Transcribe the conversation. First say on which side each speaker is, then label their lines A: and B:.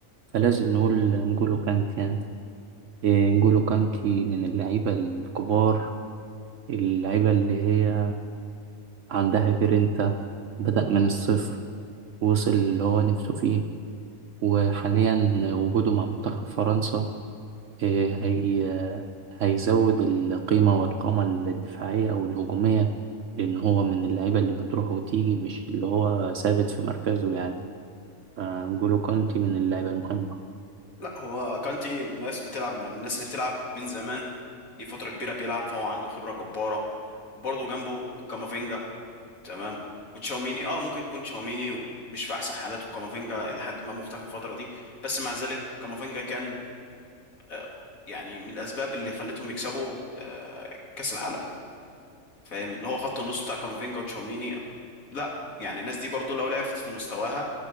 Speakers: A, on the right; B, on the left.
A: فلازم نقول نجولو كانت يعني إيه، انجولو كانتي من اللعيبة الكبار اللعيبة اللي هي عندها جرينتا بدأ من الصفر وصل اللي هو نفسه فيه وحاليا وجوده مع منتخب فرنسا إيه، هي هيزود القيمة والقامة الدفاعية أو الهجومية لأن هو من اللعيبة اللي بتروح وتيجي مش اللي هو ثابت في مركزه يعني فانجولو كانتي من اللعيبة المهمة
B: لا هو كانتي من الناس بتلعب من الناس اللي بتلعب من زمان دي فتره كبيره بيلعب فهو عنده خبره جباره وبرضه جنبه كامافينجا تمام وتشاوميني اه ممكن يكون تشاوميني مش في احسن حالاته وكامافينجا لحد ما مختفي الفتره دي بس مع ذلك كامافينجا كان آه، يعني من الاسباب اللي خلتهم يكسبوا آه، كاس العالم فاهم اللي هو خط النص بتاع كامافينجا وتشاوميني لا يعني الناس دي برضو لو لعبت في مستواها